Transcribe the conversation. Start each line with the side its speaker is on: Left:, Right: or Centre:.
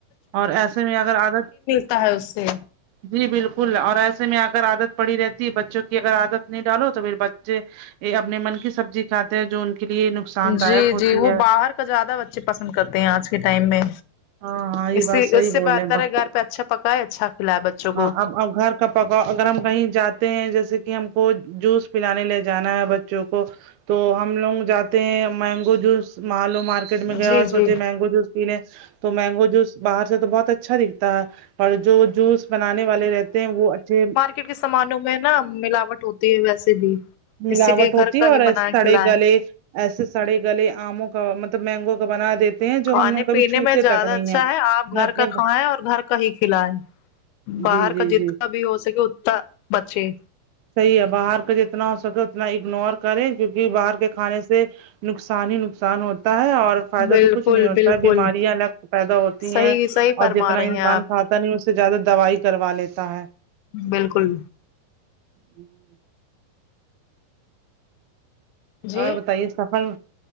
Right: اور ایسے میں اگر عادت
Left: تا ہے اس سے
Right: جی بالکل اور ایسے میں اگر عادت پڑی رہتی بچوں کی اگر عادت نہیں ڈالو تو پھر بچے یہ اپنے من کی سبزی کھاتے ہیں جو ان کے لیے نقصان دایک
Left: جی
Right: ہوتی
Left: جی وہ
Right: ہے
Left: باہر کا زیادہ بچے پسند کرتے ہیں آج کے ٹائم میں
Right: ہاں ہاں یہ
Left: اس
Right: بات صحیح
Left: اس سے
Right: بول
Left: بہتر
Right: رہے ہیں
Left: ہے گھر پہ اچھا پکاائے اچھا کھلائے بچوں کو
Right: ہاں اب گھر کا پکا اگر ہم کہیں جاتے ہیں جیسے کہ ہم کو جوس پلانے لے جانا ہے بچوں کو تو ہم لوگ جاتے ہیں مینگو جوس مارکیٹ میں گیا
Left: جی
Right: اور
Left: جی
Right: سوچے مینگو جوس تو مینگو جوس باہر سے تو بہت اچھا دکھتا ہے اور جو جوس بنانے والے رہتے ہیں وہ اچھے
Left: کٹ کے سامانوں میں نا ملاوٹ ہوتی ہے ویسے بھی
Right: ملاوٹ
Left: اسی لیے
Right: ہوتی
Left: گھر کا
Right: ہے اور
Left: ہی بنا
Right: سڑے
Left: کھلائیں
Right: گلے ایسے سڑے گلے آموں کا مطلب مینگو کا بنا دیتے ہیں
Left: کھانے
Right: جو ہم لوگ کبھی
Left: پینے
Right: چھوتے
Left: میں زیادہ
Right: تک نہیں
Left: اچھا ہے آپ گھر
Right: نہ اپنے
Left: کا کھائیں اور گھر کا ہی کھلیں باہر
Right: جی جی
Left: کا جتنا
Right: جی
Left: بھی ہو سکے اتتا بچے
Right: صحیح ہے باہر کا جتنا ہو سکے اتنا اگنور کرے کیونکہ باہر کے کھانے سے نقصان ہی نقصان ہوتا ہے اور فائدہ
Left: بالکل
Right: تو کچھ نہیں ہوتا
Left: بالکل
Right: ہے بیماریاں الگ پیدا ہوتی
Left: صحیح
Right: ہیں
Left: صحیح
Right: اور
Left: فرما
Right: جتنا
Left: رہی
Right: انسان
Left: ہیں آپ
Right: کھا نہیں اس سے زیادہ دوائی کروا لیتا ہے
Left: بالکل
Right: جی
Left: جی
Right: اور بتائیے سفر